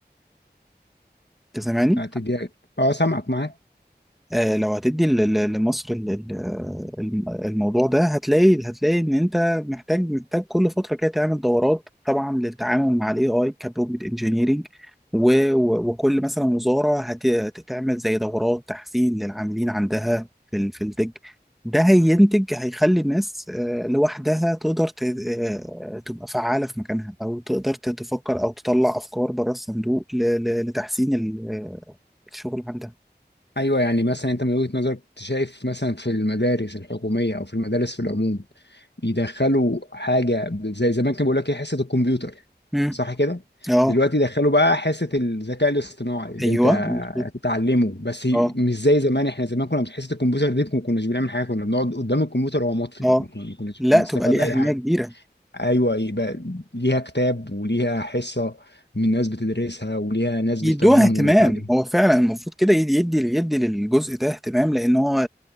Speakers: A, in the centre; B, on the left.
A: أنت سامعني
B: هتديها اه سامعك معاك
A: آه، لو هتدي ل- ل- لمصر ال- ال- الم- الموضوع ده هتلاقي هتلاقي ان انت محتاج محتاج كل فتره كده تعمل دورات طبعا للتعامل مع الاي اي كبرومبت انجينيرنج وكل مثلا وزاره هت- هتعمل زي دورات تحسين للعاملين عندها في ال- في التك ده هينتج هيخلي الناس آه، لوحدها تقدر ت- آه، تبقى فعالة في مكانها أو تقدر ت- تفكر أو تطلع أفكار بره الصندوق ل- ل- لتحسين ال- آه، الشغل عندها.
B: ايوه يعني مثلا انت من وجهة نظرك انت شايف مثلا في المدارس الحكوميه او في المدارس في العموم يدخلوا حاجه زي زمان كان بيقول لك ايه حصه الكمبيوتر
A: مم.
B: صح كده
A: اه
B: دلوقتي دخلوا بقى حصه الذكاء الاصطناعي اللي
A: ايوه
B: انت
A: مظبوط
B: هتتعلمه بس
A: اه
B: مش زي زمان احنا زمان كنا في حصه الكمبيوتر دي ما كناش بنعمل حاجه كنا بنقعد قدام الكمبيوتر وهو مطفي
A: اه
B: ما كنا- ما كناش
A: لا
B: بنستفاد
A: تبقى ليه
B: اي
A: اهميه
B: حاجه
A: كبيره
B: ايوه يبقى ليها كتاب وليها حصه من ناس بتدرسها وليها ناس
A: يدوها
B: بتفهمهم
A: اهتمام
B: وتعلمهم
A: هو فعلا المفروض كده يدي يدي يدي للجزء ده اهتمام لان هو